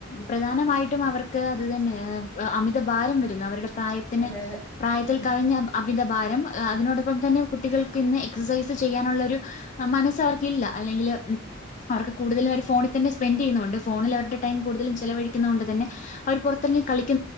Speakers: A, on the left; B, in the centre.
A: പ്രധാനമായിട്ടും അവർക്ക് അത് തന്നെ അമിതഭാരം വരുന്നു അവരുടെ പ്രായത്തിന്
B: അതെ അതെ
A: പ്രായത്തിൽ
B: ഉം
A: കവിഞ്ഞ അമിതഭാരം അതിനോടൊപ്പം തന്നെ കുട്ടികൾക്ക് ഇന്ന് എക്സസൈസ് ചെയ്യാനുള്ളൊരു മനസ്സ് അവർക്കില്ല അല്ലെങ്കിൽ അവർക്ക് കൂടുതലും വ ഫോിൽന്നെ സ്പെൻഡ് ചെയ്യുന്നുണ്ട് ഫോണിൽ അവരുടെടം കൂടുതലും ചിലവഴിക്കുന്നത് കൊണ്ട് തന്നെ അവർ പുറത്തിറങ്ങി കളിക്ക